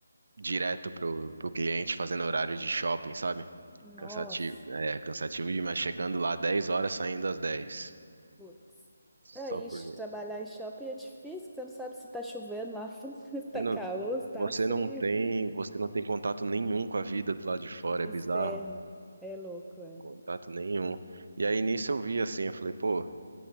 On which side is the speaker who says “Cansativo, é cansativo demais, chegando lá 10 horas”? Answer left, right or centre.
Right